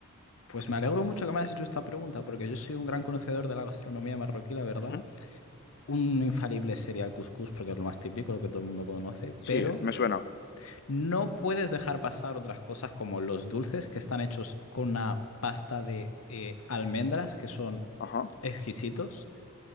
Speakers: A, on the left; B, on the left.
A: Pues me alegro mucho que me hayas hecho esta pregunta, porque yo soy un gran conocedor de la gastronomía marroquí, la verdad.
B: Ujú.
A: Un infalible sería el cuscús, porque es lo más típico, lo que todo el mundo conoce,
B: Sí,
A: pero...
B: me suena.
A: No puedes dejar pasar otras cosas como los dulces que están hechos con una pasta de eh, almendras que son
B: Ajá.
A: exquisitos.